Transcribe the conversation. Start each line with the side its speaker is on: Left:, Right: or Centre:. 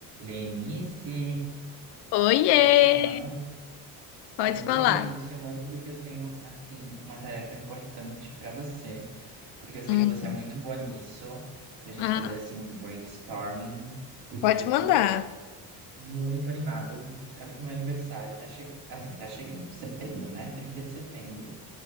Right: Lenice,
Left: Oiê!
Right: tô te chamando.
Left: Pode
Right: Oi,
Left: falar.
Right: tô te chamando porque eu tenho, assim, uma tarefa importante pra você, porque eu sei
Left: Hum,
Right: que você é muito boa nisso, pra gente
Left: Ah,
Right: fazer, assim, um brainstorming, porque
Left: pode
Right: eu
Left: mandar.
Right: tô muito animado. Sabe que meu aniversário tá, che... assim, tá chegando, setembro, né? 30 de setembro.